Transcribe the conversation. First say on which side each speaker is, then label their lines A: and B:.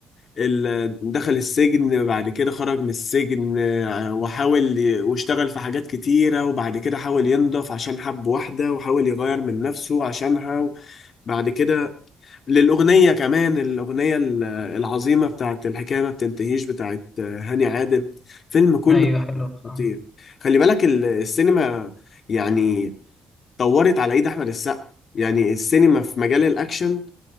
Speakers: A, on the left; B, on the left.
A: ال- دخل السجن بعد كده خرج من السجن آه، وحاول ي- واشتغل في حاجات كتيرة وبعد كده حاول ينضف عشان حب واحدة وحاول يغير من نفسه عشانها بعد كده للأغنية كمان الأغنية ال- العظيمة بتاعت الحكاية ما بتنتهيش بتاعت هاني عادل فيلم كله
B: أيوة حلوة بصراحة
A: خطير خلي بالك ال- السينما يعني طورت على ايد احمد السقا يعني السينما في مجال الاكشن